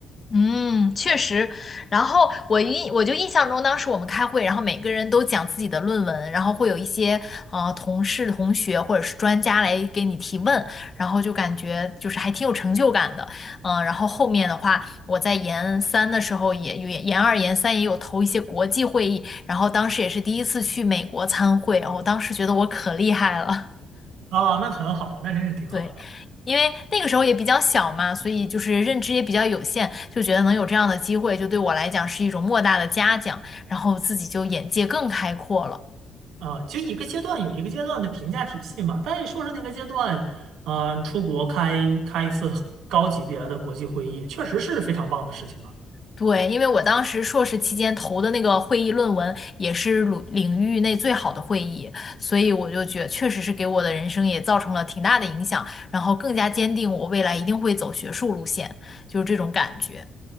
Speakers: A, on the left; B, on the right.
A: 嗯，确实。然后我印我就印象中，当时我们开会，然后每个人都讲自己的论文，然后会有一些呃同事、同学或者是专家来给你提问，然后就感觉就是还挺有成就感的。嗯，然后后面的话，我在研三的时候也有研二、研三也有投一些国际会议，然后当时也是第一次去美国参会，然后当时觉得我可厉害了。
B: 啊，那很好，那真是挺好的
A: 对，因为那个时候也比较小嘛，所以就是认知也比较有限，就觉得能有这样的机会，就对我来讲是一种莫大的嘉奖，然后自己就眼界更开阔了。
B: 啊。其实一个阶段有一个阶段的评价体系嘛，但在硕士那个阶段，嗯、出国开开一次高级别的国际会议，确实是非常棒的事情啊。
A: 对，因为我当时硕士期间投的那个会议论文也是领领域内最好的会议，所以我就觉得确实是给我的人生也造成了挺大的影响，然后更加坚定我未来一定会走学术路线，就是这种感觉。